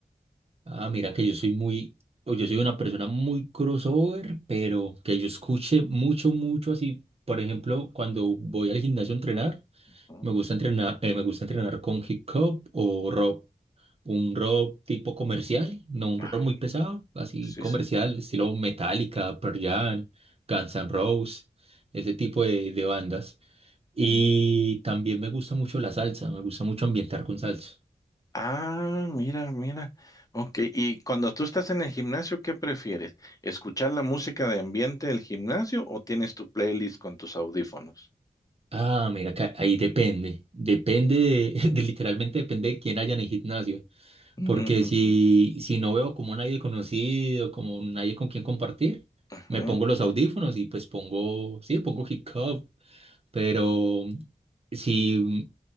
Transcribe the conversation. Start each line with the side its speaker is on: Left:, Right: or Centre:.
Right: Ah, mira que yo soy muy, o yo soy una persona muy crossover, pero que yo escuche mucho, mucho así. Por ejemplo, cuando voy al gimnasio a entrenar.
Left: Ujú.
Right: Me gusta entrenar, eh, me gusta entrenar con hip hop o rock. Un rock tipo comercial, no un rock
Left: Ah,
Right: muy pesado, así
Left: sí,
Right: comercial,
Left: sí.
Right: estilo Metallica, Pearl Jam, Guns N' Roses, ese tipo de, de bandas. Y
Left: Mm.
Right: también me gusta mucho la salsa, me gusta mucho ambientar con salsa.
Left: Ah, mira, mira. Ok, y cuando tú estás en el gimnasio, ¿qué prefieres? ¿Escuchar la música de ambiente del gimnasio o tienes tu playlist con tus audífonos?
Right: Ah, mira, que ahí depende, depende de, <laughs> de- literalmente depende de quién haya en el gimnasio.
Left: Mm,
Right: Porque si, si no veo como nadie conocido, como nadie con quien compartir,
Left: ujú,
Right: me pongo los audífonos y pues pongo, sí, pongo hip hop, pero si,